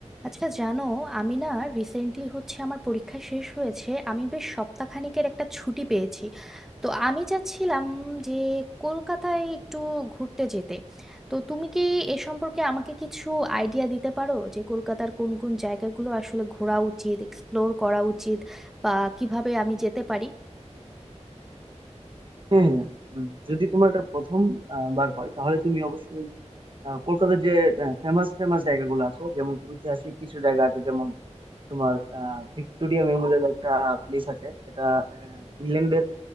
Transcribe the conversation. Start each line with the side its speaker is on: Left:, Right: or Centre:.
Centre: আচ্ছা জানো আমি না রিসেন্টলি হচ্ছে আমার পরীক্ষা শেষ হয়েছে আমি বেশ সপ্তাহখানেকের একটা ছুটি পেয়েছি তো আমি চাচ্ছিলাম যে কলকাতায় একটু ঘুরতে যেতে তো তুমি কি এ সম্পর্কে আমাকে কিছু আইডিয়া দিতে পারো যে কলকাতার কোন কোন জায়গাগুলো আসলে ঘোরা উচিত এক্সপ্লোর করা উচিত বা কিভাবে আমি যেতে পারি
Right: হ্যাঁ হ্যাঁ উম, যদি তোমার এটা প্রথম আহ, বার হয় তাহলে তুমি অবশ্যই আহ, কলকাতার যে ফেমাস ফেমাস জায়গাগুলো আছে যেমন ঐতিহাসিক কিছু জায়গা আছে যেমন তোমার আহ, ভিক্টোরিয়া মেমোরিয়াল একটা প্লেস আছে এটা আহ, ইংল্যান্ডের